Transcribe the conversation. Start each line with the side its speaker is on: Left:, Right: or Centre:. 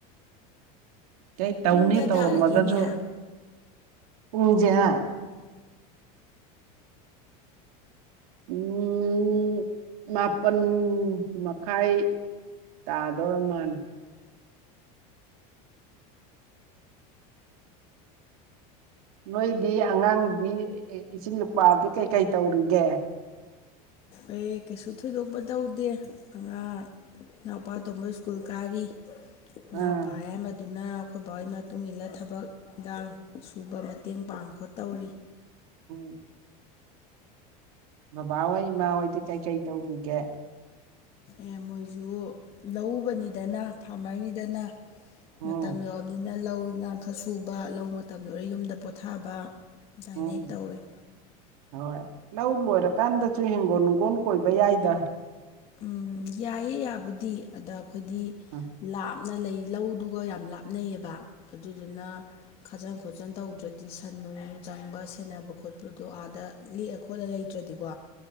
Right: ꯑꯦ ꯇꯧꯅꯦ
Left: ꯄꯨꯡ ꯀꯌꯥ
Right: ꯇꯧꯔꯝꯃꯒꯖꯨ
Left: ꯇꯥꯔꯒꯦ ꯏꯅꯦ
Right: ꯄꯨꯡꯁꯦ ꯍꯥ ꯑꯝ ꯃꯥꯄꯟ ꯃꯈꯥꯏ ꯇꯥꯗꯧꯔꯃꯥꯟ ꯅꯣꯏꯗꯤ ꯑꯉꯥꯡꯗꯤ ꯏꯆꯤꯜ ꯏꯄꯨꯋꯥꯗꯤ ꯀꯩꯀꯩ ꯇꯧꯔꯤꯒꯦ
Left: ꯑꯩ ꯀꯩꯁꯨ ꯊꯣꯏꯗꯣꯛꯄ ꯇꯧꯗꯦ ꯑꯥ ꯏꯅꯥꯎꯄꯥ ꯑꯇꯣꯝꯕꯗꯨ ꯏꯁ꯭ꯀꯨꯜ ꯀꯥꯔꯤ ꯏꯅꯥꯎꯄ
Right: ꯑꯥ
Left: ꯌꯥꯏꯃꯥ ꯑꯗꯨꯅꯥ ꯑꯈꯣꯏ ꯕꯥ ꯍꯣꯏ ꯃꯇꯨꯡ ꯏꯜꯂ ꯊꯥꯕꯛ ꯏꯟꯈꯥꯡ ꯁꯨꯕ ꯃꯇꯦꯡ ꯄꯥꯡ ꯈꯣꯠ ꯇꯧꯔꯤ
Right: ꯑꯝ ꯕꯥꯕꯥ ꯍꯣꯏ ꯏꯃꯥ ꯍꯣꯏꯗꯤ ꯀꯩꯀꯩ ꯇꯧꯔꯤꯒꯦ
Left: ꯑꯦ ꯃꯣꯏꯁꯨ ꯂꯧꯎꯕꯥꯅꯤꯗꯅꯥ ꯐꯥꯝꯃꯔꯅꯤꯗꯥꯅ
Right: ꯎꯝ
Left: ꯃꯇꯝ ꯌꯧꯔꯥꯕꯅꯤꯅ ꯂꯧ ꯏꯟꯈꯥꯡ ꯈ꯭ꯔꯥ ꯁꯨꯕ ꯂꯧ ꯃꯇꯝ ꯂꯣꯏꯔ ꯌꯨꯝꯗ ꯄꯣꯊꯥꯕ ꯑꯥꯗꯥꯥꯏꯅ
Right: ꯎꯝ
Left: ꯍꯦꯛ ꯇꯧꯔꯤ
Right: ꯍꯣꯏ ꯂꯧ ꯂꯣꯏꯔ ꯀꯥꯟꯗꯁꯨ ꯍꯤꯡꯒꯣꯜ ꯅꯨꯡꯒꯣꯜ ꯀꯣꯏꯕ ꯌꯥꯏꯗ
Left: ꯑꯝ ꯌꯥꯏꯌꯦꯦ ꯌꯥꯕꯨꯗꯤ ꯑꯗꯥ ꯑꯩꯈꯣꯏꯗꯤ
Right: ꯎꯝ
Left: ꯂꯥꯞꯅ ꯂꯩ ꯂꯧꯗꯨꯒꯥ ꯌꯥꯝ ꯂꯥꯞꯅꯩꯌꯦꯕ ꯑꯗꯨꯗꯨꯅꯥ ꯈꯥꯖꯟ ꯈꯣꯠꯆꯟ ꯇꯧꯗ꯭ꯔꯗꯤ ꯁꯟ ꯅꯨꯡ ꯆꯪꯕ ꯁꯦꯟꯅꯥ ꯇꯧꯕ ꯈꯣꯠꯄꯗꯣ ꯑꯥꯗ ꯂꯦꯛꯑꯥ ꯈꯣꯠꯂꯥ ꯂꯩꯇ꯭ꯔꯗꯤꯀꯣ